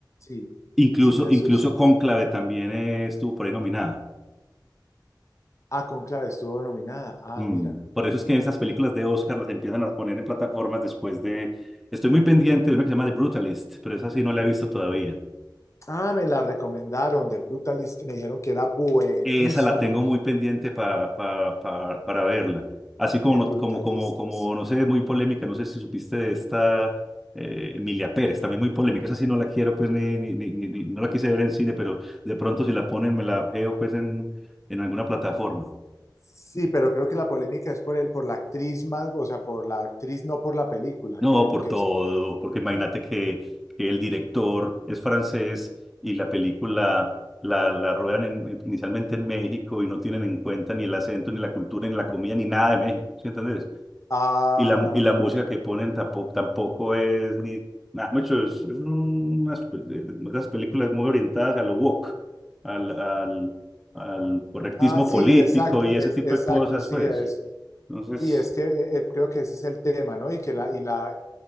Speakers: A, on the left (about 40°); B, in the centre.
A: Sí,
B: Incluso,
A: sí, The
B: incluso
A: Substance.
B: Cónclave también eh, estuvo por ahí nominada.
A: Ah, Conclave estuvo nominada. Ah,
B: Mm,
A: mira.
B: Por eso es que esas películas de Oscar las empiezan a poner en plataformas después de... Estoy muy pendiente de una que se llama The Brutalist, pero esa sí no la he visto todavía.
A: Ah, me la recomendaron de Brutalista. Me dijeron que era buenísima
B: Esa la tengo muy pendiente para, para, para, para verla. Así como
A: el
B: no,
A: Brutalista.
B: como, como, como,
A: Sí.
B: no sé, muy polémica, no sé si supiste de esta eh, Emilia Pérez, también muy polémica. Esa sí no la quiero, pues, ni, ni, ni, ni- ni- no la quise ver en cine, pero de pronto si la ponen me la veo, pues, en, en alguna plataforma.
A: Sí, pero creo que la polémica es por él, por la actriz más, o sea, por la actriz, no por la película,
B: No,
A: creo
B: por
A: que
B: todo,
A: es el.
B: porque imagínate que, que el director es francés y la película la, la ruedan en- inicialmente en México y no tienen en cuenta ni el acento, ni la cultura, ni la comida, ni nada de México, ¿sí entendés?
A: Ah,
B: Y la, y la música que ponen tampoco, tampoco es ni nada, mucho, es, es unas, pe- unas películas muy orientadas a lo woke, al, al, al correctismo
A: ah, sí,
B: político
A: exacto,
B: y
A: es,
B: ese tipo
A: exacto,
B: de cosas,
A: sí,
B: pues.
A: es
B: Entonces,
A: Sí, es que eh, eh, creo que ese es el tema, ¿no? Y que la, y la,